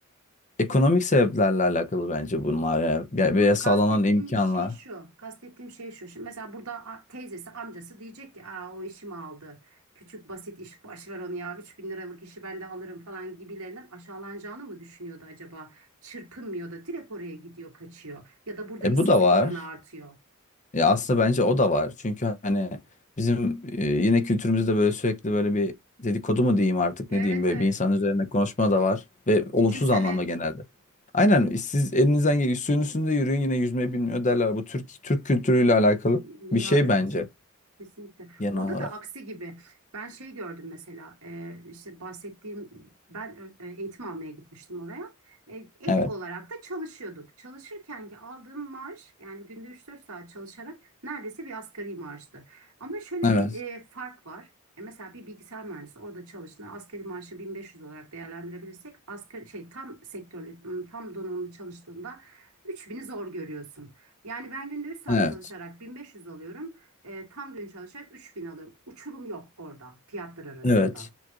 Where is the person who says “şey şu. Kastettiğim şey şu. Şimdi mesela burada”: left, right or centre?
Right